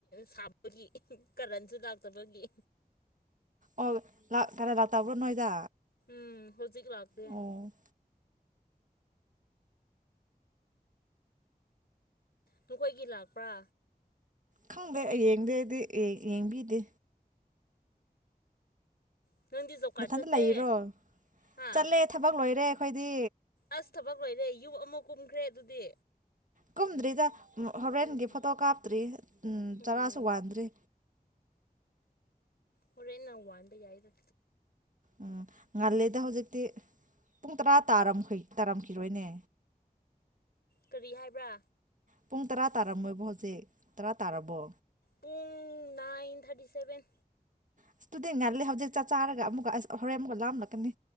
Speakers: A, on the left; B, on the right.
A: ꯁꯥꯕꯒꯤ ꯀꯔꯟꯁꯨ ꯂꯥꯛꯇꯕꯒꯤ
B: ꯑꯣ ꯂꯥꯛ ꯀ ꯂꯥꯛꯇꯥꯕꯨꯔꯣ ꯅꯣꯏꯗ
A: ꯎꯝ ꯍꯧꯖꯤꯛꯛ ꯂꯥꯛꯗ
B: ꯑꯣ
A: ꯅꯈꯣꯏꯒꯤ ꯂꯥꯛꯄ꯭ꯔꯥ
B: ꯈꯪꯗꯦ ꯑꯩ ꯌꯦꯡꯗꯦ ꯑꯩꯗꯤ ꯑꯦ ꯌꯦꯡꯕꯤꯗꯤ
A: ꯎꯝ ꯅꯪꯗꯤ ꯖꯣꯕ ꯀꯥꯔꯗ
B: ꯃꯊꯟꯇ
A: ꯆꯠꯇꯦ
B: ꯂꯩꯔꯣ
A: ꯍꯥ
B: ꯆꯠꯂꯦ ꯊꯕꯛ ꯂꯣꯏꯔꯦ ꯑꯩꯈꯣꯏꯗꯤ
A: ꯑꯁ ꯊꯕꯛ ꯂꯣꯏꯔꯦ ꯌꯨꯝ ꯑꯃ ꯀꯨꯝ꯭ꯔ ꯈ꯭ꯔꯦ ꯑꯗꯨꯗꯤ
B: ꯀꯨꯝꯗꯔꯤꯗ ꯍꯣꯔꯦꯟꯒꯤ
A: ꯎꯝ
B: ꯐꯣꯇꯣ ꯀꯥꯞꯇ꯭ꯔꯤ
A: ꯎꯝ
B: ꯆꯔꯥꯁꯨ ꯋꯥꯟꯗ꯭ꯔꯤ
A: ꯍꯣꯔꯦꯟ ꯅ ꯋꯥꯟꯕ ꯌꯥꯏꯗ
B: ꯎꯝ ꯉꯥꯜꯂꯤꯦꯗ ꯍꯧꯖꯤꯛꯇꯤ ꯄꯨꯡ ꯇꯔꯥ ꯇꯥꯔꯃꯈꯩ ꯇꯥꯔꯝꯈꯤꯔꯣꯏꯅꯦ
A: ꯀꯔꯤ ꯍꯥꯏꯕ꯭ꯔꯥ
B: ꯄꯨꯡ ꯇꯔꯥ ꯇꯥꯔꯝꯃꯣꯏꯕꯣ ꯍꯧꯖꯤꯛ ꯇꯔꯥ ꯇꯥꯔꯕꯣ
A: ꯄꯨꯡ ꯅꯥꯏꯟ ꯊꯥꯔꯇꯤ ꯁꯚꯦꯟ
B: ꯑꯁ ꯇꯨꯗꯤ ꯉꯜꯜꯂꯤꯦ ꯍꯧꯖꯤꯛ ꯆꯥꯛ ꯆꯥꯔꯒ ꯑꯃꯨꯛꯀ ꯑꯁ ꯍꯣꯔꯦꯟ ꯑꯃꯨꯛꯀ ꯂꯥꯝꯂꯛꯀꯅꯤ